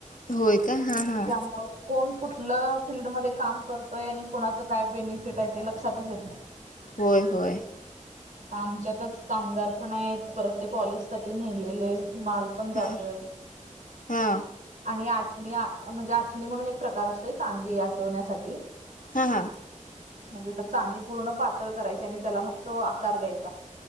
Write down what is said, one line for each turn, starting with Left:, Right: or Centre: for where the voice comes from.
Left: होय काय हा हा.
Right: त्यामुळ कोण कुठलं फील्डमध्ये काम करतोय आणि कुणाचं काय बेनिफि फिट आहे ते लक्षातच येत नाही.
Left: होय होय.
Right: मग आमच्यातच कामगार पण आहेत परत ते पॉलिश साठी नेलेले माल पण
Left: हा
Right: जातोय.
Left: हा
Right: आणि आटणी म्हणजे आटणी म्हणून एक प्रकार असतोय चांदी आटवण्यासाठी
Left: हा हा
Right: म्हणजे तर चांदी पूर्ण पातळ करायची आणि त्याला मग तो आकार द्यायचा